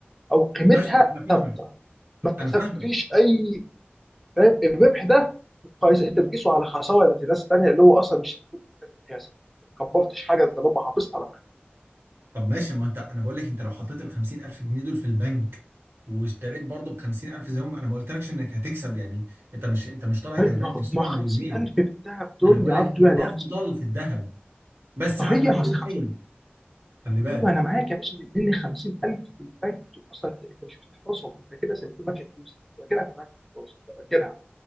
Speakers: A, in the centre; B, on the right (about 75°).
A: او قيمتها
B: ماشي انا فاهمك
A: ثابته ما كسبتش
B: انا فاهمك
A: اي فاهم الربح ده قيس انت بتقيسه على خساره الناس الثانيه اللي هو اصلا مش هتكون قياسك ما كبرتش حاجه انت لما حافظت على
B: طب ماشي ما انت انا بقول لك انت لو حطيت ال 50000 جنيه دول في البنك واشتريت برضه ب 50000 زي ما انا ما قلتلكش انك هتكسب يعني انت مش انت مش طالع كسبان
A: قيمتك ما
B: انت مش طالع
A: ما 50000
B: مليونير
A: في الذهب دول
B: انا بقول
A: يا
B: لك
A: عبدو
B: الافضل
A: يعني أخس-
B: في الذهب بس
A: صحيح
B: على المدى
A: اصل
B: البعيد
A: 50
B: خلي بالك
A: ايوه انا معاك يا باشا لان 50000 في البنك دول اصلا انت أنت مش بتحفظهم انت كده زي ما تكون ماسك فلوس أنت راكنها في البنك خلاص انت راكنها